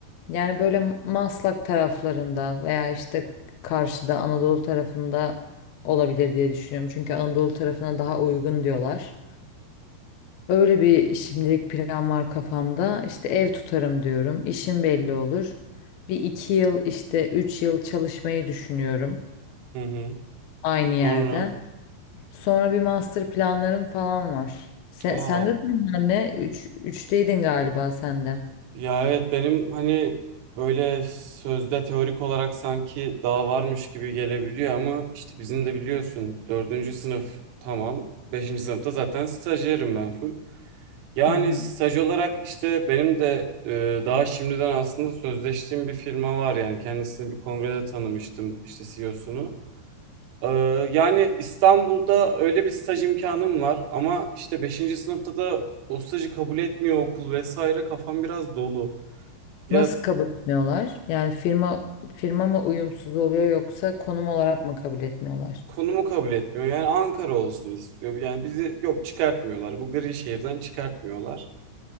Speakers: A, on the left; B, on the right.
A: yani böyle Maslak taraflarında veya işte karşıda Anadolu tarafında olabilir diye düşünüyorum. Çünkü Anadolu tarafına daha uygun diyorlar. Öyle bir şimdilik plan var kafamda. İşte ev tutarım diyorum. İşim belli olur. Bir iki yıl işte üç yıl çalışmayı düşünüyorum
B: hı hı.
A: aynı yerde.
B: Sonra
A: Sonra bir master planlarım falan var. Sen,
B: aa,
A: sende de bunlar ne? Üç, üçteydin galiba sende.
B: ya evet benim hani böyle sözde teorik olarak sanki daha varmış gibi gelebiliyor ama işte bizim de biliyorsun dördüncü sınıf tamam. Beşinci sınıfta zaten stajyerim ben full. Yani
A: Hı hı.
B: staj olarak işte benim de e, daha şimdiden aslında sözleştiğim bir firma var yani kendisini bir kongrede tanımıştım işte CEO'sunu. Ee, yani İstanbul'da öyle bir staj imkanım var ama işte beşinci sınıfta da o stajı kabul etmiyor okul vesaire kafam biraz dolu. Ya
A: Nasıl kabul etmiyorlar? Yani firma firma mı uyumsuz oluyor yoksa konum olarak mı kabul etmiyorlar?
B: konumu kabul etmiyor yani Ankara olsun istiyor yani bizi yok çıkartmıyorlar bu gri şehirden çıkartmıyorlar.